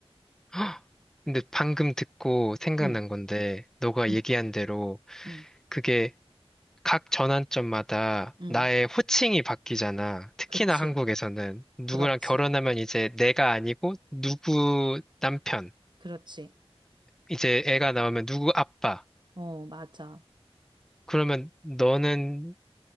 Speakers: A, in the centre; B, on the right.
A: 헉! 근데 방금 듣고 생각난
B: 응,
A: 건데, 너가
B: 응,
A: 얘기한 대로
B: 응,
A: 그게 각 전환점마다
B: 응,
A: 나의 호칭이 바뀌잖아. 특히나
B: 그치,
A: 한국에서는 누구랑
B: 그렇지,
A: 결혼하면 이제 내가 아니고 누구 남편,
B: 그렇지.
A: 이제 애가 나오면 누구 아빠.
B: 어, 맞아,
A: 그러면 너는